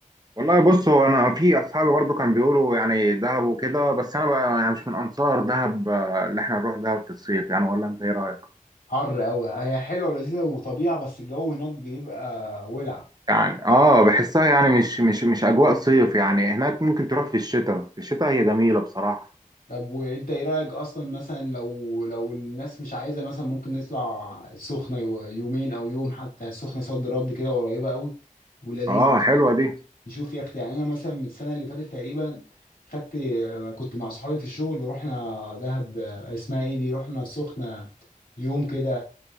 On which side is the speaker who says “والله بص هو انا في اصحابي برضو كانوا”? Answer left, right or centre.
Right